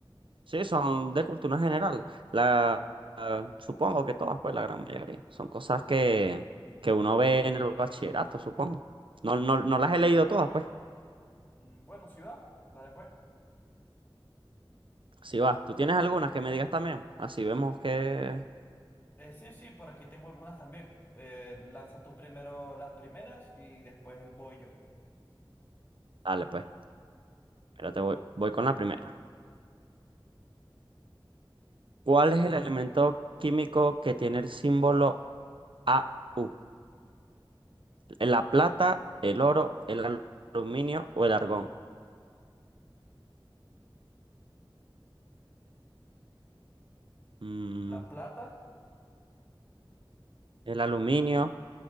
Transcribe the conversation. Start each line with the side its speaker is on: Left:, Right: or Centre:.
Right: Sí, son de cultura general. La, la- supongo que todas, pues, la gran mayoría. Son cosas que, que uno ve en el bachillerato, supongo. No, no, no las he leído todas, pues.
Left: Mm, Bueno, sí va. dale pues.
Right: Si vas, ¿tú tienes algunas que me digas también? Así vemos que...
Left: Eh, sí, sí, por aquí tengo algunas también. Eh, lanzas tú primero las primeras y después voy yo.
Right: Dale, pues, mira, te voy, voy con la primera. ¿Cuál es el elemento químico que tiene el símbolo AU? ¿La plata, el oro, el al- aluminio o el argón? Mm,
Left: La plata,
Right: ¿el aluminio,